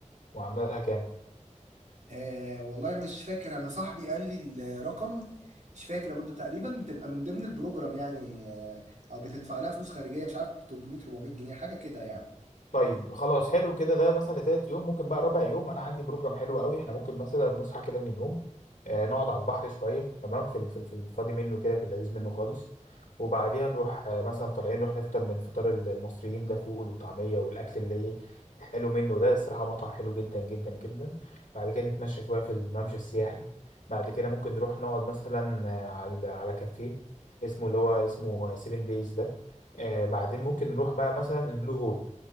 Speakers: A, on the left; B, on the right.
A: وعامله لها كام
B: آه والله مش فاكر انا صاحبي قال لي الرقم مش فاكر يا بودة تقريبا بتبقى من ضمن البروجرام يعني آه، او بتدفع لها فلوس خارجيه مش عارف 300 400 جنيه حاجه كده يعني
A: طيب خلاص حلو كده ده مثلا لتالت يوم ممكن بقى رابع يوم انا عندي بروجرام حلو قوي احنا ممكن مثلا نصحى كده من النوم آه نقعد على البحر شويه تمام في ال- في ال- في الفاضي منه كده في اللذيذ منه خالص وبعديها نروح آه مثلا طالعين نروح نفطر من فطار ال- المصريين ده فول وطعميه والاكل اللي ايه الحلو منه ده الصراحه مطعم حلو جدا جدا جدا بعد كده نتمشى شويه في الممشى السياحي بعد كده ممكن نروح نقعد مثلا آه، على على كافيه اسمه اللي هو اسمه 7 دايز ده آه بعدين ممكن نروح بقى مثلا البلو هول